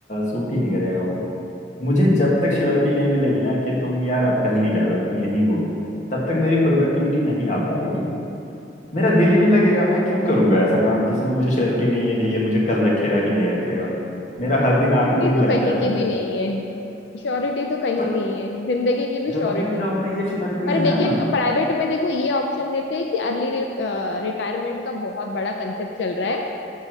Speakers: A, on the left; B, on the left.
A: सूट ही नहीं करेगा वो मुझे जब तक श्योरिटी नहीं मिलेगी ना कि तुम यार अब कहीं नहीं जा रहे हो तुम यहीं हो तब तक मेरी प्रोडक्टिविटी नहीं आ पाएगी मेरा दिल ही नहीं लगेगा मैं क्यों करूंगा ऐसा काम जिसमें मुझे श्योरिटी नहीं है कि ये मुझे कल रखेगा कि नहीं रखेगा मेरा हर दिन
B: श्योरिटी
A: आखिरी दिन
B: तो
A: लगता
B: कहीं
A: है मुझे
B: की भी नहीं है श्योरिटी तो कहीं
A: बट
B: नहीं है जिंदगी की भी श्योरिटी
A: गवर्नमेंट जॉब
B: नहीं है
A: में ये श्योरिटी
B: पर
A: है
B: लेकिन
A: ना
B: प्राइवेट में देखो ये ऑप्शन देते हैं कि अर्ली रिटायरमेंट का बहुत बड़ा कंसेप्ट चल रहा है